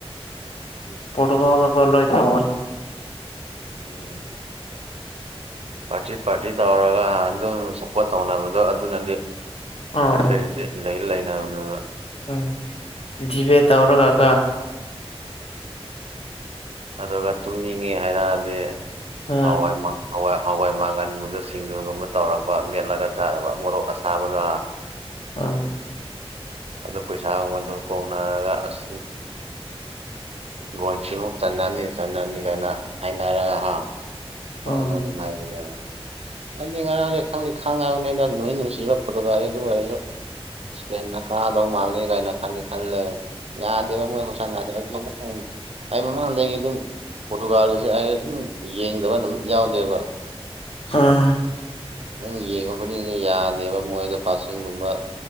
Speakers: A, on the right (about 75°); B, on the left (about 65°).
A: ꯎꯝ
B: <unintelligible> ꯂꯣꯏ ꯇꯧꯏ
A: ꯎꯝ ꯄꯥꯔꯇꯤ ꯄꯥꯔꯇꯤ ꯇꯧꯔꯒ ꯑꯗꯨꯝ ꯁꯞꯄꯣꯔꯠ ꯇꯧꯅꯕꯗꯣ ꯑꯗꯨꯅꯗꯤ
B: ꯑꯥ
A: ꯇ꯭ꯔꯦ ꯂꯩ ꯂꯩꯅꯕꯅꯦꯕ
B: ꯎꯝ ꯗꯤꯕꯦꯠ ꯇꯧꯔꯒꯀꯣ
A: ꯑꯗꯨꯒ ꯇꯨꯝꯅꯤꯡꯉꯦ ꯍꯥꯏꯔꯛꯑꯗꯤ
B: ꯑ
A: ꯍꯋꯥꯏ ꯃꯪꯒꯟ ꯍꯋꯥꯏ ꯍꯋꯥꯏ ꯃꯥꯡꯒꯟꯒꯨꯝꯗ ꯁꯤꯡꯖꯨꯒꯨꯝꯕ ꯇꯧꯔꯛꯄ ꯅꯦꯠꯂꯒ ꯆꯥꯕ ꯃꯣꯔꯣꯛ ꯑꯁꯥꯕꯗꯣ
B: ꯑ
A: ꯑꯗꯨ ꯄꯩꯁꯥꯒꯨꯝꯕ ꯑꯗꯨ ꯀꯣꯡꯅꯔꯒ ꯑꯁ ꯍꯤꯡꯒꯣꯟꯁꯤꯃꯨꯛ ꯆꯟꯅꯅꯤ ꯆꯟꯅꯤ ꯀꯥꯏꯅ ꯍꯥꯏꯔꯒ ꯍꯥ
B: ꯑ
A: ꯑꯗꯣ ꯅꯨꯉꯥꯏꯕꯅꯦꯕ ꯑꯩꯗꯤ ꯉꯔꯥꯡꯁꯦ ꯈꯪꯗꯦ ꯈꯪꯉꯕꯅꯤꯅꯗ ꯅꯣꯏ ꯅꯨꯡꯁꯤꯕ <unintelligible> ꯑꯗꯨ ꯑꯣꯏꯔꯁꯨ ꯏꯁꯟꯅ ꯀꯥꯗꯧ ꯃꯥꯜꯂꯦ ꯀꯥꯏꯅ ꯈꯟꯗꯤ ꯈꯜꯂꯦ ꯌꯥꯗꯦꯕ ꯃꯣꯏꯈ ꯈꯨꯁꯥꯟꯅꯗꯣ ꯎꯝ ꯑꯩ ꯃꯃꯥꯡꯗꯒꯤ ꯑꯗꯨꯝ ꯄꯣꯇꯣꯒ꯭ꯔꯥꯟꯁꯦ ꯑꯩ ꯑꯗꯨꯝ ꯌꯦꯡꯗꯕ ꯅꯨꯃꯤꯠ ꯌꯥꯎꯗꯦꯕ
B: ꯑꯥ
A: ꯑꯗꯨꯝ ꯌꯦꯡꯕ ꯈꯨꯗꯤꯡꯗ ꯌꯥꯗꯦꯕ ꯃꯣꯏꯗꯣ ꯄꯥꯁꯤꯡꯒꯨꯝꯕ